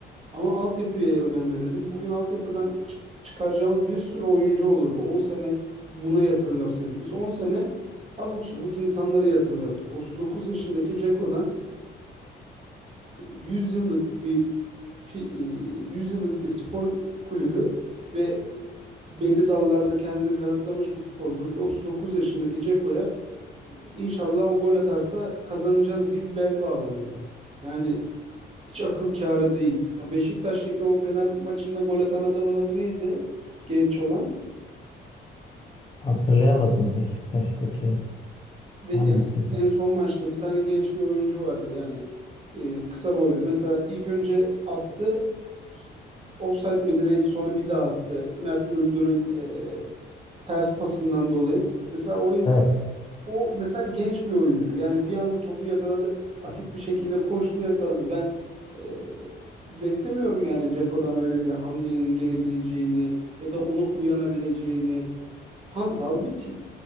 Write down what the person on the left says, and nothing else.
Hatırlayamadım Beşiktaş'taki
hangisi?
Evet.